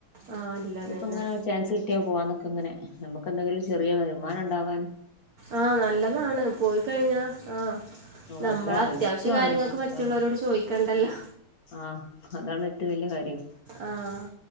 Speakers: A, on the right; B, on the left.
A: ആ ഇല്ല അതന്നെ
B: ഇപ്പ ഇങ്ങനെ ചാൻസ് കിട്ടിയാ പോവാ. നമ്മക്കങ്ങനെ നമ്മക്ക് എന്തെങ്കിലും ചെറിയ വരുമാനം ഇണ്ടാവാൻ.
A: ആഹ് നല്ലതാണ് പോയി കഴിഞ്ഞാ ആഹ്
B: ഭയങ്കര
A: നമ്മള അത്യാവശ്യ
B: റിസ്ക്
A: കാര്യങ്ങൾക്ക്
B: ആണ്
A: മറ്റുള്ളവരോട്
B: ആണ്
A: ചോയ്ക്കണ്ടല്ലോ.
B: ആഹ് അതാണ് ഏറ്റും വല്യ കാര്യം.
A: ആഹ്